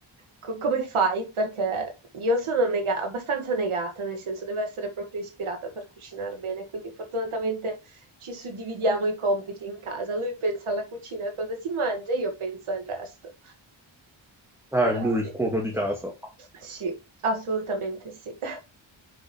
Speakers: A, on the right; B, in the centre.
A: co- come fai? Perché io sono nega- abbastanza negata, nel senso devo essere proprio ispirata per cucinare bene, quindi fortunatamente ci suddividiamo i compiti in casa. Lui pensa alla cucina, a cosa si mangia, io penso al resto.
B: Ah,
A: Però
B: è lui
A: sì,
B: il cuoco di casa.
A: sì, assolutamente sì. <laughs>